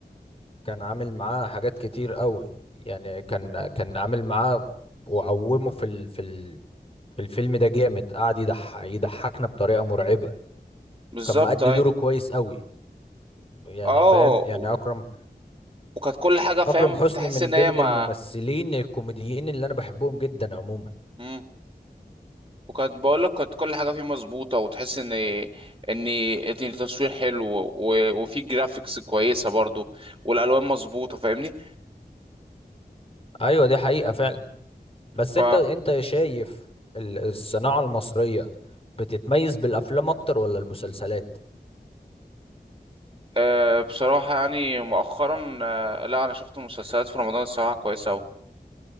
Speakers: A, on the left; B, on the right.
A: كان عامل معاه حاجات كتير قوي يعني كان كان عامل معاه وقومه في ال... في ال... في الفيلم ده جامد قعد يضح... يضحكنا بطريقة مرعبة
B: بالظبط
A: كان مأدي
B: ايوه
A: دوره كويس قوي يعني
B: اه
A: فاهم يعني
B: و-
A: أكرم
B: وكانت كل حاجة
A: أكرم
B: فاهم
A: حسني
B: تحس
A: من
B: ان هي
A: ضمن
B: ما
A: الممثلين الكوميديين اللي أنا بحبهم جدا عموما
B: مم. وكانت بقول لك كانت كل حاجة فيه مظبوطة وتحس ان ان إن التصوير حلو و... وفي جرافيكس كويسة برضو والالوان مظبوطة فاهمني
A: أيوة دي حقيقة فعلا بس
B: ف
A: أنت أنت شايف ال- الصناعة المصرية بتتميز بالأفلام أكتر ولا المسلسلات؟
B: أه بصراحة يعني مؤخرا أه لا أنا شفت مسلسلات في رمضان الصراحة كويسة أوي